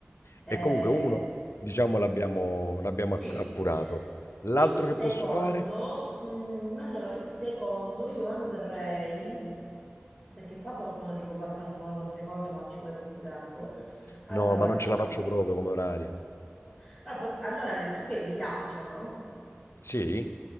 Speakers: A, in the centre; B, on the left.
A: Eh,
B: E comunque uno diciamo l'abbiamo l'abbiamo
A: sì.
B: acc appurato. L'altro
A: Il
B: che
A: secondo,
B: posso fare?
A: mm, allora il secondo io andrei, perché qua portano tipo pasta al forno, queste cose, ma ci vuole troppo tempo. Allora,
B: No, ma non
A: questa
B: ce la faccio
A: è pasta
B: proprio
A: al
B: come orari.
A: forno. Allora, pot- allora, le acciughe vi piacciono?
B: Sì?